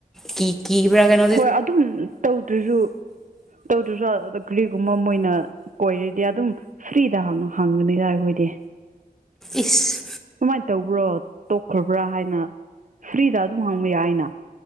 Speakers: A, in the centre; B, on the right (about 55°).
A: ꯀꯤ ꯀꯕ꯭ꯔꯥ ꯀꯩꯅꯣ
B: ꯍꯣꯏ ꯑꯗꯨꯝ ꯇꯧꯗ꯭ꯔꯁꯨ ꯇꯧꯗ꯭ꯔꯁꯨ ꯀꯔꯤꯒꯨꯝꯕ ꯃꯣꯏꯅ ꯑꯣꯏꯔꯗꯤ ꯑꯗꯨꯝ ꯐ꯭ꯔꯤꯗ ꯍꯪꯉꯅꯤꯗꯏ ꯑꯩꯈꯣꯏꯗꯤ
A: ꯏꯁ
B: ꯀꯃꯥꯏꯅ ꯇꯧꯕ꯭ꯔꯣ ꯇꯣꯛꯈ꯭ꯔꯕ꯭ꯔꯥ ꯍꯥꯏꯅ ꯐ꯭ꯔꯤꯗ ꯑꯗꯨꯝ ꯍꯥꯡꯕ ꯌꯥꯏ ꯑꯅ